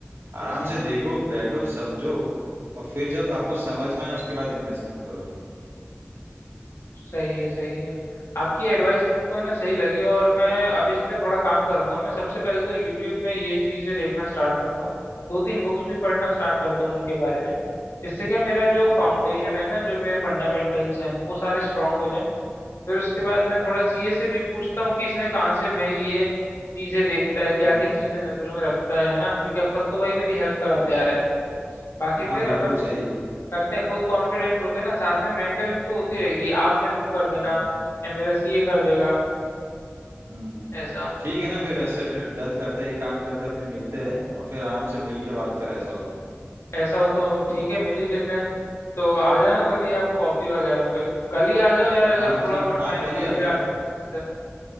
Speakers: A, on the right; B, on the left.
A: आराम
B: हम्म।
A: से देखो बैठो समझो और फिर जब आपको समझ में आए उसके बाद इन्वेस्टमेंट करो
B: सही है सही है आपकी एडवाइस मेरे को है ना सही लगी और मैं अब इस पे थोड़ा काम करूंगा मैं सबसे पहले तो यूट्यूब में ये चीजें देखना स्टार्ट करता हूँ दो तीन बुक्स भी पढ़ना स्टार्ट करता हूँ इनके बारे में इससे क्या मेरा
A: अच्छा
B: जो फाउंडेशन है ना जो मेरे फंडामेंटल्स हैं वो सारे स्ट्रांग हो जाएं फिर उसके बाद मैं थोड़ा सीए से भी पूछता हूँ कि इसने कहाँ से भाई ये
A: हम्म,
B: चीजें देखता है क्या
A: हम्म,
B: क्या चीजें नजरों में रखता है है ना क्योंकि अब तक तो वही मेरी हेल्प कराते आ रहा है बाकी
A: हाँ
B: फिर
A: बिल्कुल
B: अपन
A: सही है
B: करते हैं खुद कॉन्फिडेंट होते हैं ना साथ में मेंटरिंग तो होती
A: हम्म,
B: रहेगी आप मेरे को कर देना
A: हम्म,
B: या मेरा सीए कर देगा
A: हम्म।
B: ऐसा
A: ठीक है ना फिर ऐसे डन करते हैं एक काम करते हैं अपने मिलते हैं और फिर आराम से मिल के बात करें ऐसा हो तो
B: ऐसा हो तो ठीक है मिल ही लेते हैं तो आ जाना कभी आप कॉफी वगैरह पे कल ही आ जाओ यार अगर
A: हाँ
B: थोड़ा
A: ठीक
B: बहुत
A: हाँ
B: टाइम
A: कल ही
B: निकले
A: आता हूँ
B: आपके पास से